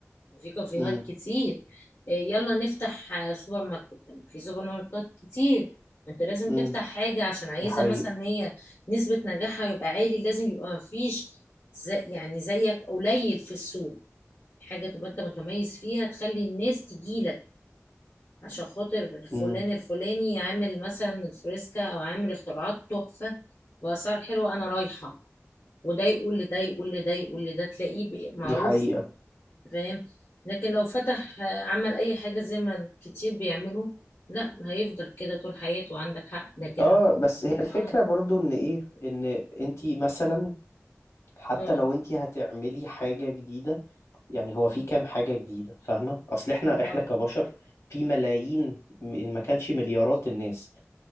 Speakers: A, on the left (about 55°); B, on the left (about 75°).
A: وفي كافيهات
B: امم
A: كتير إيه، يلا نفتح آه، سوبر ماركت طب في سوبر ماركت كتير انت لازم
B: امم
A: تفتح حاجة عشان عايزة
B: دي حقيقة
A: مثلا هي نسبة نجاحها يبقى عالي لازم يبقى مفيش زي يعني زيك قليل في السوق حاجة تبقى انت متميز فيها تخلي الناس تجيلك عشان خاطر
B: امم
A: فلان الفلاني عامل مثلا الفريسكا او عامل اختراعات تحفة بأسعار حلوة انا رايحة وده يقول لده يقول لده يقول لده تلاقيه بي- معروف
B: دي حقيقة
A: فاهم لكن لو فتح آه، عمل اي حاجه زي ما كتير بيعملوا لا هيفضل كده طول حياته عندك حق لكن
B: اه بس هي الفكرة
A: اه
B: برضو ان ايه ان انتي مثلا حتى
A: اه
B: لو انتي هتعملي حاجة جديدة يعني هو في كام حاجة جديدة فاهمة اصل احنا
A: اه
B: احنا كبشر في ملايين م- ان ما كانش مليارات الناس